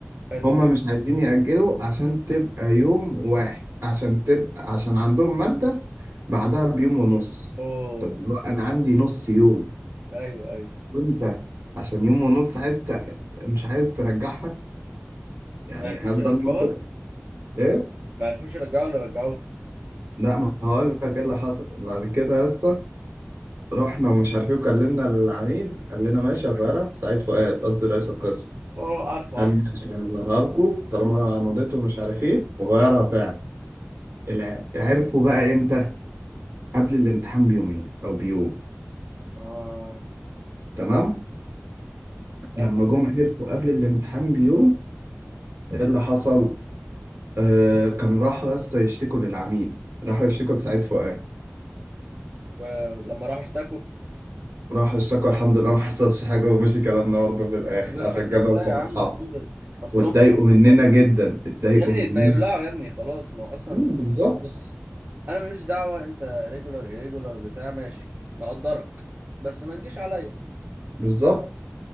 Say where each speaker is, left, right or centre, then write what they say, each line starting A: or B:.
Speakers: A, on the right (about 45°); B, on the right (about 75°).
A: حلو
B: هما مش عايزين يأجلوا عشان تبقى يوم واحد عشان تبقى عشان عندهم مادة بعدها بيوم ونص
A: أوه
B: طب اللي هو انا عندي نص يوم
A: أيوه أيوه
B: وانت عشان يوم ونص عايز ت... مش عايز ترجعها يعني
A: ما عرفوش
B: هبدأ
A: يرجعوها
B: المنطق ليه؟
A: ما عرفوش يرجعوها ولا رجعوها
B: لا ما هقول لك ايه اللي حصل بعد كده يا اسطى رحنا ومش عارف ايه وكلمنا العميد قال لنا ماشي يا غيرة سعيد فؤاد قصدي رئيس القسم
A: أوه عارفه
B: قال
A: عارفه
B: لي ماشي هنغيرها لكم طالما مضيته ومش عارف ايه وغيرها فعلا الع- عرفوا بقى امتى؟ قبل الامتحان بيومين او بيوم
A: آه
B: تمام؟
A: فاهم
B: لما جم عرفوا قبل الامتحان بيوم ايه اللي حصل؟ آه كان راحوا يا اسطى يشتكوا للعميد راحوا يشتكوا لسعيد فؤاد
A: ولما راحوا اشتكوا
B: راحوا اشتكوا الحمد لله ما حصلش حاجة ومشي كلامنا برضه في الآخر
A: طب الحمد
B: عشان الجدول
A: لله
B: كان
A: يا عم
B: اتحط
A: الحمد لله أصل
B: واتضايقوا
A: هم
B: مننا جدا اتضايقوا
A: يا ابني
B: مننا
A: ما يولعوا يا ابني خلاص ما هو اصلا
B: مم، بالظبط
A: بس بص انا ماليش دعوه انت ريجولار irregular بتاع ماشي مقدرك بس ما تجيش عليا
B: بالظبط